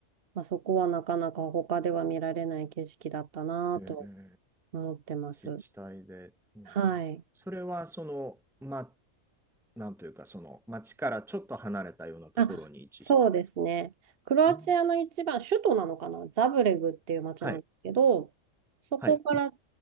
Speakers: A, on the right; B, in the centre.
A: まあ、そこはなかなか他では見られない景色だったなぁと
B: えー
A: 思ってます。
B: 自治体で、うん
A: はい。
B: それはその、まあ、なんというか、その町からちょっと離れたようなところに位置してるんですか
A: あ、そうですね。クロアチアの一番、
B: うん
A: 首都なのかなザブレグっていう街なんですけど、
B: はい、
A: そこから、
B: はい、